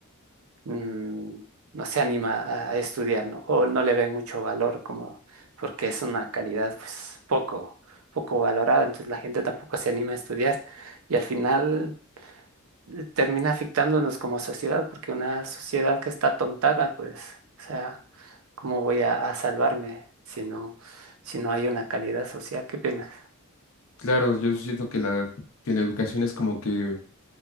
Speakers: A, on the right; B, on the left.
A: mm, no se anima a, a estudiar, ¿no? O no le ven mucho valor como porque es una calidad pues poco, poco valorada, entonces la gente tampoco se anima a estudiar y al final eh, termina afectándonos como sociedad, porque una sociedad que está tontada, pues, o sea, ¿cómo voy a, a salvarme si no, si no hay una calidad social? Qué pena.
B: Claro, yo siento que la, que la educación es como que